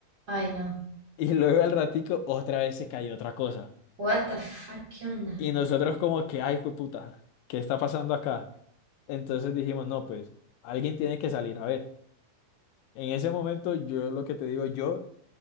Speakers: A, on the right; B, on the left.
A: Ay, no.
B: Y luego al ratico otra vez se cayó otra cosa.
A: What the fuck, ¿qué onda?
B: Y nosotros como que, ay, jueputa, ¿qué está pasando acá? Entonces dijimos, no, pues alguien tiene que salir. A ver, en ese momento yo lo que te digo, yo